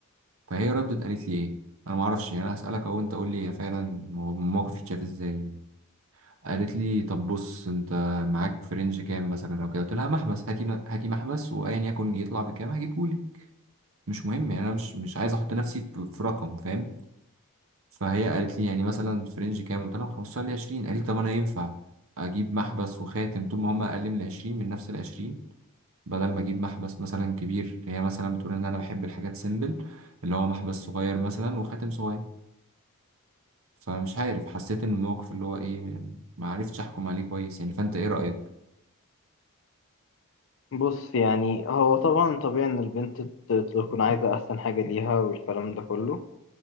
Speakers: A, on the right; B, on the left.
A: فهي ردت قالت لي إيه أنا معرفش يعني أنا هسألك أهو أنت قول لي هي فعلا الموقف يتشاف إزاي يعني. قالت لي طب بص انت معاك في رينج كام مثلا او كده قلت لها محبس هاتي م- هاتي محبس وايا يكن يطلع بكام هجيبهولي مش مهم يعني انا مش مش عايز احط نفسي في, في رقم فاهم فهي قالت لي يعني مثلا في رينج كام قلت لها من 15 ل 20 قالت لي طب انا ينفع اجيب محبس وخاتم طول ما هم اقل من 20 من نفس ال 20 بدل ما اجيب محبس مثلا كبير هي مثلا بتقول ان انا بحب الحاجات سيمبل اللي هو محبس صغير مثلا وخاتم صغير فمش عارف حسيت ان الموقف اللي هو ايه يعني ما عرفتش احكم عليه كويس يعني فانت ايه رأيك
B: بص يعني هو طبعا طبيعي ان البنت ت- تكون عايزه احسن حاجه ليها والكلام ده كله